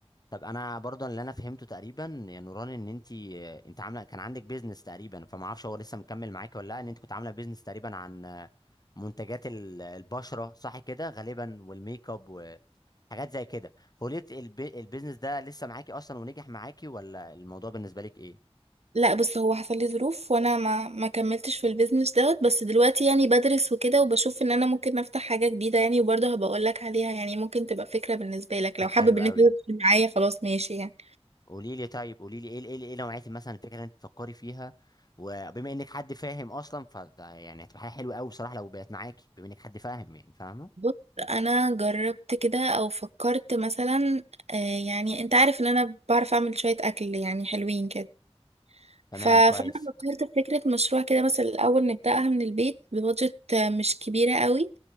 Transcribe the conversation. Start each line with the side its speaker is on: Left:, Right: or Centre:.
Left: طب انا برضه اللي انا فهمته تقريبا يا نوران ان انت انت عامله كان عندك بيزنس تقريبا فما اعرفش هو لسه مكمل معاك ولا لا ان انت كنت عامله بيزنس تقريبا عن منتجات ال- البشره صح كده غالبا والميك اب وحاجات زي كده فقلت البي... البيزنس ده لسه معاكي اصلا ونجح معاكي ولا الموضوع بالنسبه لك ايه
Right: لا بص هو حصل لي ظروف وانا ما ما كملتش في البيزنس دوت بس دلوقتي يعني بدرس وكده وبشوف ان انا ممكن افتح حاجة جديدة يعني وبرضه هبقول لك عليها يعني ممكن تبقى فكرة بالنسبة لك
Left: طب
Right: لو حابب
Left: حلو
Right: ان
Left: قوي
Right: انت تدخل معايا خلاص ماشي يعني
Left: قولي لي طيب قولي لي ايه ايه ايه نوعيه مثلا الفكره اللي انت بتفكري فيها وبما انك حد فاهم اصلا ف يعني هتبقى حاجه حلوه قوي بصراحه لو بقت معاكي بما انك حد فاهم يعني فاهمه
Right: بص انا جربت كده او فكرت مثلا آه يعني انت عارف ان انا بعرف اعمل شوية اكل يعني حلوين كده
Left: تمام
Right: ف- فانا
Left: كويس
Right: فكرت في فكرة مشروع كده مثلا الاول نبدأها من البيت ببادجت آه، مش كبيرة قوي